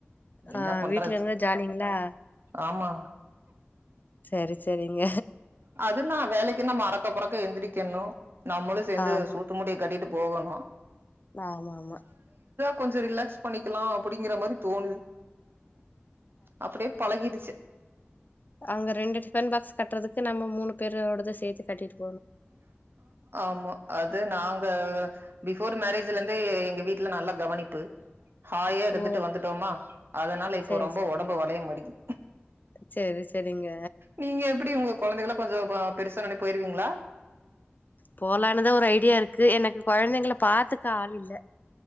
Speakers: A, on the right (about 55°); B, on the left (about 45°).
A: என்ன
B: அஹ்
A: பண்றது
B: வீட்ல இரு இருந்தா ஜாலிங்களா
A: ஆமா
B: செரி செரிங்க
A: அதுன்னா வேலைக்குனா நம்ம அறக்க பறக்க எந்திரிக்கணு நம்மளும் சேந்து
B: ஆமா
A: சோத்து மூட்டைய கட்டிட்டு போகணு
B: ஆமா ஆமா
A: கொஞ்சோ ரிலாக்ஸ் பண்ணிக்கலா அப்பிடிங்கற மாரி தோணுது அப்டியே பழகிடுச்சு
B: அவங்க ரெண்டு டிஃபன் பாக்ஸ் கட்டுறதுக்கு நம்ம மூணு பேரோடத சேர்த்து கட்டிருக்
A: ஆமா அது நாங்க பிஃபோர் மேரேஜ்ல இருந்து எங்க வீட்ல நல்ல கவனிப்பு ஹயா இருந்துட்டு
B: ஓ
A: வந்துட்டோமா அதனால இப்போ
B: செரி
A: ரொம்ப
B: செரிங்க
A: ஒடம்பு வளையமாட்டிங்கு
B: செரி செரிங்க
A: நீங்க எப்டி உங்க கெழந்தைகல கொஞ்சோ பேருசான ஒடனே போய்ருவீங்களா
B: போலான்னுதா ஒரு ஐடியா இருக்கு எனக்கு கெழந்தைங்க பாத்துக்க ஆள் இல்ல